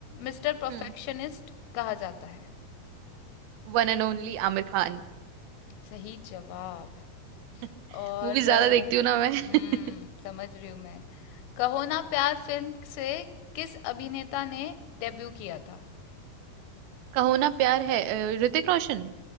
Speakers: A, on the left; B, on the right.
A: मिस्टर परफेक्शनिस्ट
B: हम्म
A: कहा जाता है
B: one and only Aamir Khan
A: सही जवाब
B: <laughs>
A: और
B: Movie ज्यादा
A: अ,
B: देखती हूँ ना मैं <laughs>
A: हम्म समझ रही हूँ मैं कहो ना प्यार फिल्म से किस अभिनेता ने डेब्यू किया था
B: कहो ना प्यार है अ, ऋतिक रोशन